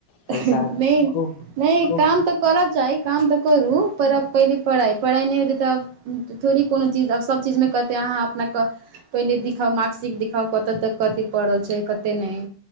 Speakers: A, on the left (about 60°); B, on the right (about 70°).
A: पैसा
B: नइ
A: खूब
B: नइ
A: खूब
B: काम तऽ करत चाइ काम तऽ करू पर अब पहिले पढ़ाइ पढ़ाइ नय होतै तऽ आब थोड़ी कोनो चीज आब सभचीजमे कहतै अहाँ अपन कऽ पहिले दिखाउ मार्क सिकट दिखाउ कतऽ तक कथे पल छै, कते नहि